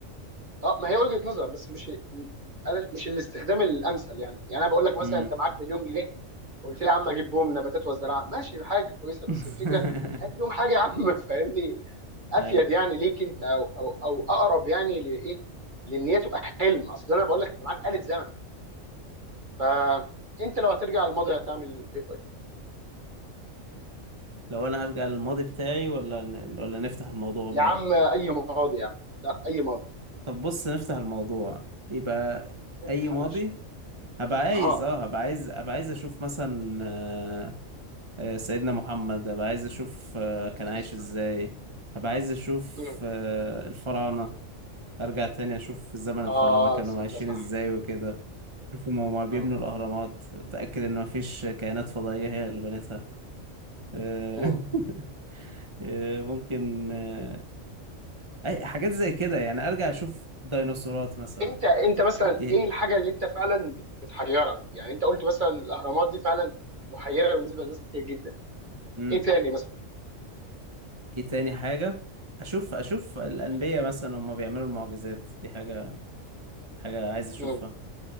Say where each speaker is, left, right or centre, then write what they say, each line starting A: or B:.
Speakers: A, on the right; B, on the right.
A: اه ما هي وجهة نظر بس مش انا مش الاستخدام الامثل يعني يعني انا بقول لك مثلا
B: امم
A: انت معاك مليون جنيه قلت لي يا عم اجيب بوم نباتات وزراعه ماشي حاجه كويسه
B: <laughs>
A: بس الفكره قدم حاجه يا عم <laughs> فاهمني افيد
B: اي
A: يعني ليك انت او او او اقرب يعني لايه لان هي تبقى حلم اصل انا بقول لك انت معاك آلة زمن فانت لو هترجع للماضي هتعمل ايه طيب
B: لو انا هرجع للماضي بتاعي ولا ن- ولا نفتح الموضوع
A: يا
B: بقى
A: عم اي ماضي يا عم لا اي ماضي
B: طب بص نفتح الموضوع يبقى
A: افتح
B: اي ماضي
A: يا باشا
B: هبقى عايز
A: اه
B: اه هبقى عايز ابقى عايز اشوف مثلا آه، آه، سيدنا محمد هبقى عايز اشوف آه، كان
A: بس
B: عايش
A: بس اه
B: ازاي هبقى عايز اشوف
A: مم.
B: آه، الفراعنة ارجع تاني اشوف زمن الفراعنة
A: آه،
B: كانوا
A: صدق
B: عايشين
A: صح
B: ازاي وكده شوف هما هما بيبنوا
A: اه
B: الاهرامات اتاكد ان مفيش كائنات فضائية هي اللي بنتها آه،
A: مم.
B: <laughs> آه، ممكن آه، اي حاجات زي كده يعني ارجع اشوف ديناصورات مثلا
A: انت انت مثلا
B: دي
A: ايه الحاجه اللي انت فعلا بت- بتحيرك يعني انت قلت مثلا الاهرامات دي فعلا محيره بالنسبه لناس كتير جدا
B: امم
A: ايه تاني مثلا
B: ايه تاني حاجة اشوف اشوف الانبياء
A: مم.
B: مثلا هم بيعملوا المعجزات دي حاجة حاجة عايز اشوفها
A: مم.